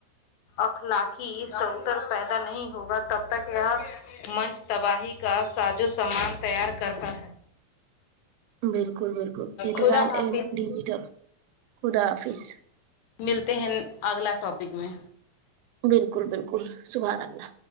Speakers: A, on the left; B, on the right.
A: اخلاقی سوتر پیدا نہیں ہوگا تب تک یہ منچ تباہی کا سازو سامان تیار کرتا ہے
B: بالکل بالکل اعتدال
A: خدا حافظ
B: ا ڈیجیٹل خدا حافظ
A: ملتے ہیں اگلا ٹاپک میں
B: بالکل بالکل سبح اللہ